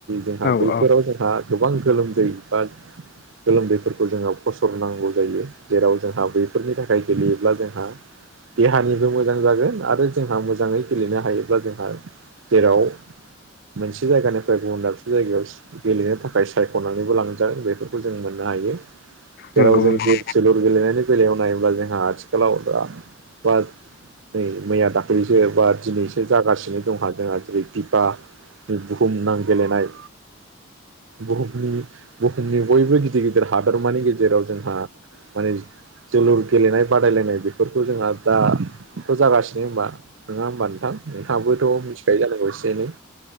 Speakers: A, on the right (about 70°); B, on the left (about 50°).
A: जोंहा
B: औ
A: बैफोराव
B: औ
A: जोंहा गोबां गोलोमदै बा गोलोमदैफोरखौ जोङो फसरनांगौ जायो जेराव जोंहा बेफोरनि थाखाय गेलेयोब्ला जोंहा देहानिबो मोजां जागोन आरो जोंहा मोजाङै गेलेनो हायोब्ला जोंहा जेराव मोनसे जायगानिफ्राय गुबुन दाबसे जायगायाव गेलेनो थाखाय बाय सायख'नानैबो लांजाग बेफोरखौ जों मोननो हायो जेराव
B: नंगौ
A: जों
B: नंगौ
A: ज जोलुर गेलेनायनि बेलायाव नायोब्ला जोंहा आथिखालावा बा नै मैया दाखलैसो बा दिनैसो जागासिनो दंहा जोंहा जेरै बिबा बुहुम नां गेलेनाय बुहुमनि बुहुमनि बयबो गिदिर गिदिर हादोरमानि गेजेराव जोंहा माने जोलुर गेलेनाय बादायलायनाय बेफोरखौ जोंहा दाथ' जागासिनो होबा नङा होमबा नोंथां नोंथाङाबोथ' मिथिखायो जानांगौ एसे एनै